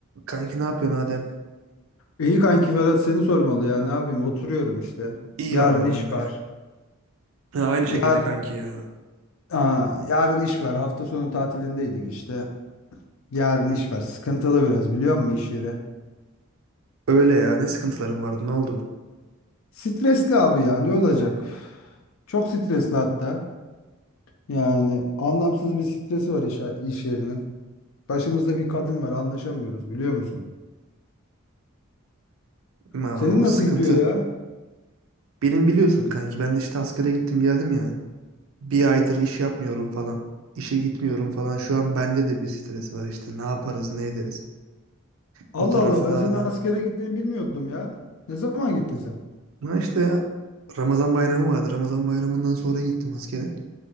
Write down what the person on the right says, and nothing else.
Kanki ne yapıyorsun Adem?
İyi
valla
ben de
kanki. Ha, aynı
şekilde kanki ya.
Hı.
Öyle ya ne sıkıntılarım vardı ne oldu?
Ma,
o
sıkıntı.
Benim biliyorsun kanki ben de işte askere gittim geldim ya. Bir aydır iş yapmıyorum falan. İşe gitmiyorum falan. Şu an bende de bir stres var işte ne yaparız ne ederiz.
O taraflarda.
Ha işte Ramazan bayramı vardı. Ramazan bayramından sonra gittim askere.